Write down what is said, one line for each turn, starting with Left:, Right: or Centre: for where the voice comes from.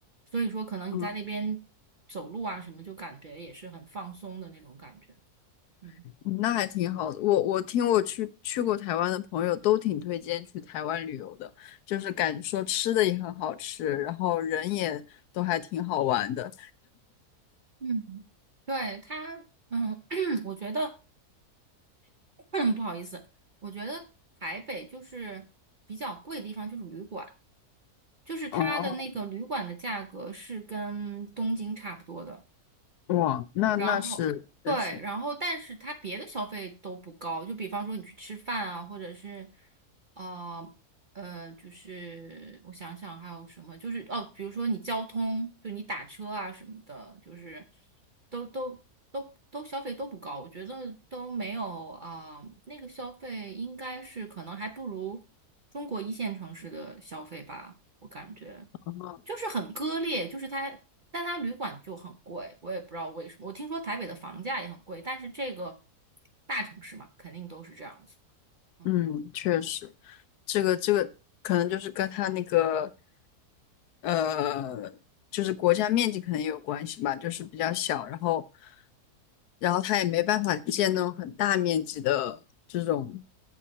Right: 所以说可能你在那边走路啊什么，
Left: 嗯。
Right: 就感觉也是很放松的那种感觉。嗯
Left: 嗯那还挺好的。我我听我去去过台湾的朋友都挺推荐去台湾旅游的，就是感觉说吃的也很好吃，然后人也都还挺好玩的。
Right: 嗯，对，它，嗯，<clears throat> 我觉得 <clears throat> 不好意思，我觉得台北就是比较贵的地方就是旅馆，就是它的那个旅馆的价格是跟东京差不多的。
Left: 哦，哇，那那是确实，
Right: 然后对，然后但是它别的消费都不高，就比方说你去吃饭啊，或者是呃呃，就是我想想还有什么，就是哦，比如说你交通，就你打车啊什么的，就是都都都都消费都不高，我觉得都没有啊，那个消费应该是可能还不如中国一线城市的消费吧，我感觉。
Left: 哦，
Right: 就是很割裂，就是它，但它旅馆就很贵，我也不知道为什么。我听说台北的房价也很贵，但是这个大城市嘛，肯定都是这样子的。嗯。
Left: 嗯，确实。这个这个可能就是跟它那个呃，就是国家面积可能也有关系吧，就是比较小，然后然后它也没办法建那种很大面积的这种